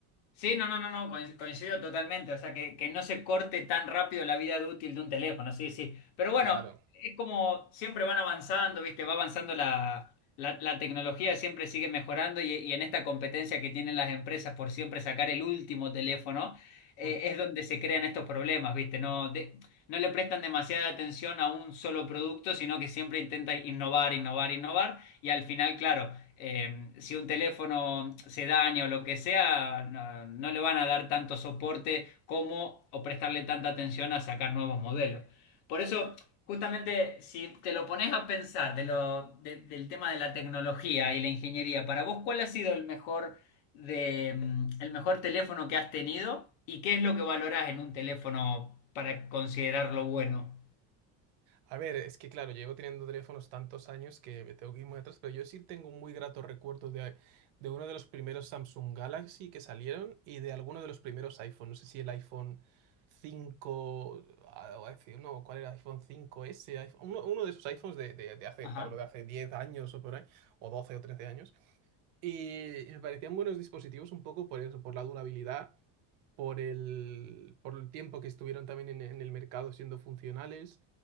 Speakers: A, on the left; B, on the right.
A: Sí, no, no, no, no, coin- coincido totalmente. O sea, que, que no se corte tan rápido la vida de útil de un teléfono, sí, sí. Pero bueno,
B: Claro.
A: es como siempre van avanzando, ¿viste? Va avanzando la, la, la tecnología, siempre sigue mejorando y, y en esta competencia que tienen las empresas por siempre sacar el último teléfono, eh,
B: Hmm.
A: es donde se crean estos problemas, ¿viste? No, de- no le prestan demasiada atención a un solo producto, sino que siempre intentan innovar, innovar, innovar. Y al final, claro, eh, si un teléfono se daña o lo que sea, no, no le van a dar tanto soporte como o prestarle tanta atención a sacar nuevos modelos. Por eso, justamente, si te lo pones a pensar de lo- de- del tema de la tecnología y la ingeniería, para vos, ¿cuál ha sido el mejor de, mm, el mejor teléfono que has tenido? ¿Y qué es lo que valorás en un teléfono para considerarlo bueno?
B: A ver, es que claro, llevo teniendo teléfonos tantos años que me tengo que ir muy atrás, pero yo sí tengo muy gratos recuerdos de, de uno de los primeros Samsung Galaxy que salieron y de alguno de los primeros iPhone. No sé si el iPhone 5, ah, o iPhone- no, ¿cuál era? iPhone 5S, iPhone- uno, uno de esos iPhones de, de, de hace,
A: Ajá.
B: te hablo de hace 10 años o por ahí, o 12 o 13 años. Y, y me parecían buenos dispositivos un poco por eso, por la durabilidad, por el, por el tiempo que estuvieron también en, en el mercado siendo funcionales,